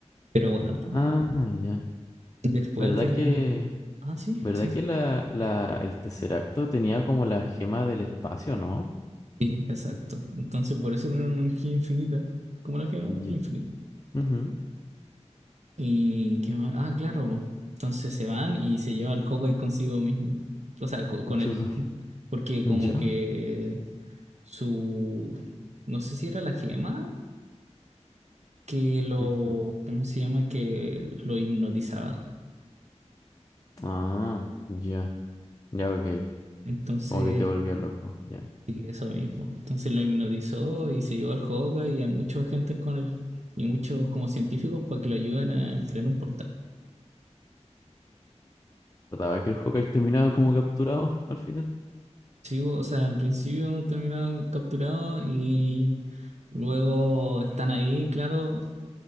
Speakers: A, on the right; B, on the left.
A: Pero bueno,
B: Ah, ya.
A: después
B: ¿Verdad
A: de la...
B: que...
A: Ah, sí,
B: ¿Verdad
A: sí, sí.
B: que la, la, el Tesseracto tenía como la gema del espacio, no?
A: Sí, exacto. Entonces, por eso era una energía infinita, como la gema
B: Ya.
A: del infinito.
B: Ujú.
A: Y qué más? Ah, claro. Entonces se van y se lleva al Hawkeye consigo mismo. O sea, co- con
B: Chuta.
A: él. <laughs> Porque
B: <laughs>
A: como
B: Ya.
A: que su... No sé si era la gema que lo...
B: Ujú.
A: ¿Cómo se llama? Que lo hipnotizaba.
B: Ah, ya. Ya, ok.
A: Entonces,
B: Como que te volvía loco. Ya.
A: sí, eso mismo. Entonces lo hipnotizó y se llevó al Hawkeye y a muchos agentes con él. Y muchos como científicos para que lo ayuden a crear un portal.
B: Trataba que el Hawkeye terminaba como capturado <laughs> al final.
A: Sí, o sea, al principio terminaron capturados y luego están ahí, claro,